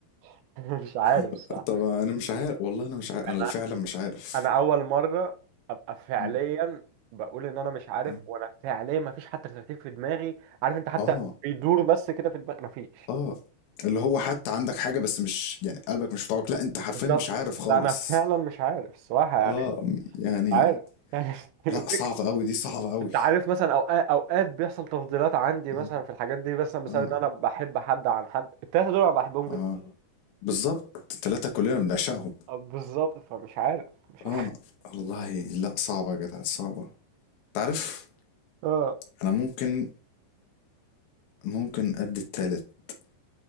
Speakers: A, on the right; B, on the left.
A: <laughs> مش عارف
B: <laughs>
A: صح
B: طب انا مش عارف والله انا مش عارف
A: انا
B: انا فعلا مش عارف
A: انا اول مره ابقى فعليا
B: مم.
A: بقول ان انا مش عارف
B: اه
A: وانا فعليا ما فيش حتى ترتيب في دماغي عارف انت حتى
B: اه
A: بيدور بس كده في دماغي ما فيش
B: اه اللي هو حتى عندك حاجة بس مش يعني قلبك مش بتاعك لا انت حرفيا
A: بالظبط
B: مش عارف خالص
A: لا انا فعلا مش عارف الصراحه يعني
B: اه م- يعني
A: مش عارف يعني
B: لا صعبة
A: <laughs>
B: قوي دي صعبة قوي
A: انت عارف مثلا اوقات اوقات بيحصل تفضيلات عندي
B: مم.
A: مثلا في الحاجات دي مثلا بسبب
B: اه
A: ان انا بحب حد عن حد التلاته دول انا بحبهم
B: اه
A: جدا
B: بالظبط التلاتة كلنا بنعشقهم
A: بالظبط فمش عارف مش
B: اه والله لا صعبة يا جدع صعبة تعرف
A: آه.
B: انا ممكن ممكن ادي التالت